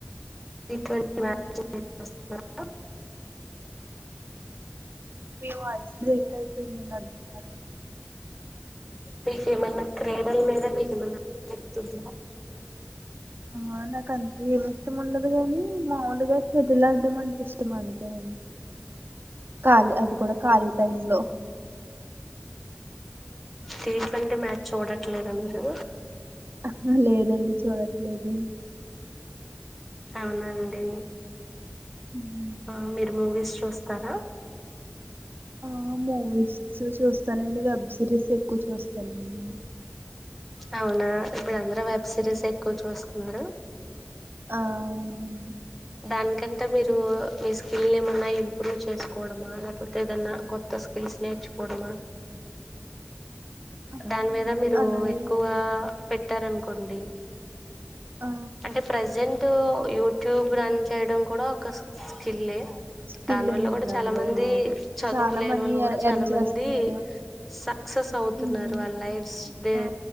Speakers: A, in the centre; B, on the right.
A: టి ట్వంటీ మ్యాచ్ ఉంది చూస్తున్నారా
B: మీ వాయిస్ బ్రేక్ అయితుంది అండి నాకు.
A: మీకు ఏమైనా క్రీడల మీద మీకు <unintelligible>
B: ఆహ్ నాకు అంతే ఏమి ఇష్టం ఉండదు కాని మాములుగా షటిల్ ఆడడం అంటే ఇష్టం అంతే అండి. ఖాళీ అది కూడా ఖాళీ టైం లో.
A: టి ట్వంటీ మాచ్ చూడట్లేదా మీరు.
B: ఆహ్ లేదాండి చూడట్లేదు.
A: అవునాండి.
B: ఉమ్.
A: ఆహ్ మీరు మూవీస్ చూస్తారా.
B: ఆహ్ మూవీస్ చూస్తానండి వెబ్ సిరీస్ ఎక్కువ చూస్తానండి.
A: అవునా ఇప్పుడు అందరు వెబ్ సిరీసే ఎక్కువ చూస్తున్నారు.
B: ఆ అవునండి
A: దానికంటే మీరు మీ స్కిల్ ఏమన్నా ఇంప్రూవ్ చేసుకోవడమా లేకపోతే ఏదన్నా కొత్త స్కిల్స్. నేర్చుకోవడమా.
B: ఆ,
A: దాని మీద మీరు
B: అలాగే
A: ఎక్కువగా పెట్టారనుకోండి.
B: ఆ
A: అంటే ప్రెసెంట్ యూట్యూబ్. రన్ చేయడం కూడా ఒక స్కిలే.
B: స్కిల్లేనండి
A: దాని వల్ల కూడా చాలా
B: అవును
A: మంది
B: ఆ,
A: చదువు
B: చాలా
A: లేని
B: మనీ
A: వోల్లు కూడా చాలా
B: ఎర్న్ చేస్తున్నారు
A: మంది సక్సెస్. సక్సస్ అంతున్నారు
B: ఉమ్,
A: వాళ్ళ లైఫ్స్ థెయ్
B: ఆ